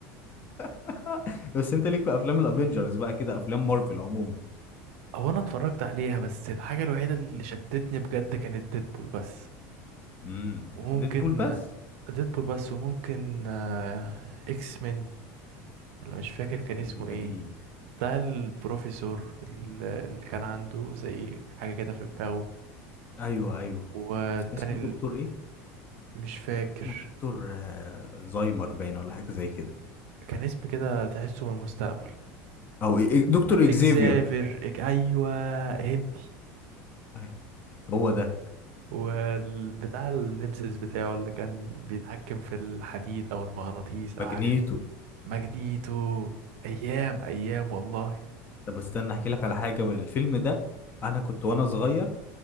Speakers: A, on the left (about 30°); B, on the right (about 80°).
A: <laughs> بس انت ليك في افلام الافينجرز بقى كده افلام مارفل عموما
B: هو انا اتفرجت عليها بس الحاجة الوحيدة اللي شدتني بجد كانت ديدبول بس
A: امم
B: وممكن
A: ديدبول بس
B: ديدبول بس وممكن آه، اكس مين ولا مش فاكر
A: بس
B: كان
A: من
B: اسمه
A: القديم
B: ايه بتاع البروفيسور اللي اللي كان عنده زي حاجة كده في دماغه
A: ايوه ايوه
B: والتاني
A: كان اسمه
B: ال-
A: دكتور ايه
B: مش فاكر
A: اسمه دكتور آه، زايمر باين ولا حاجه زي كده
B: كان اسم كده تحسه من المستقبل
A: او إيه- إيه، دكتور
B: اكسافير
A: اكزيفير
B: إك... ايوه هندي
A: أيوة، هو ده
B: والبتاع النمسيس بتاعه اللي كان بيتحكم في الحديد او المغناطيس او
A: ماجنيتو
B: حاجه دي ماجنيتو ايام ايام والله
A: طب استنى احكي لك على حاجه الفيلم ده انا كنت وانا صغير